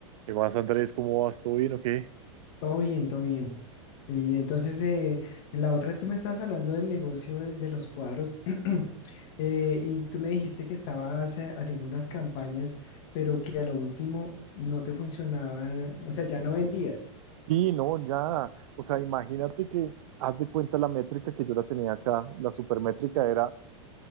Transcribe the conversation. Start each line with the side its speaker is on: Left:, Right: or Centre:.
Right: ¿Qué más, Andrés? ¿Cómo vas? ¿Todo bien o qué?
Left: Todo bien, todo bien. Y entonces, eh, la otra es tú me estabas hablando del negocio de, de los cuadros <clears throat> eh, y tú me dijiste que estabas eh, haciendo unas campañas, pero que a lo último no te funcionaba, o sea, ya no vendías.
Right: Sí, no, ya. O sea, imagínate que haz de cuenta la métrica que yo la tenía acá. La supermétrica era,